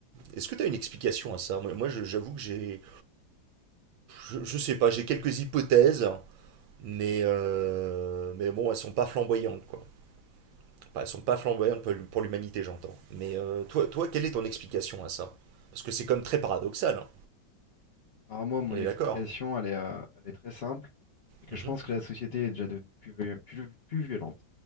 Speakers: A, on the right; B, on the left.
A: Est-ce que t'as une explication à ça Moi, moi, je- j'avoue que j'ai, je, je sais pas, j'ai quelques hypothèses, mais euh, mais bon, elles sont pas flamboyantes quoi. Enfin, elles sont pas flamboyantes pour, pour l'humanité, j'entends. Mais euh, toi, toi, quelle est ton explication à ça Parce que c'est comme très paradoxal. hein.
B: Alors moi, mon
A: On est
B: explication,
A: d'accord.
B: elle est, euh, elle est très simple, c'est que
A: Mhm.
B: je pense que la société est déjà devenue plus, vi- plus, plus violente,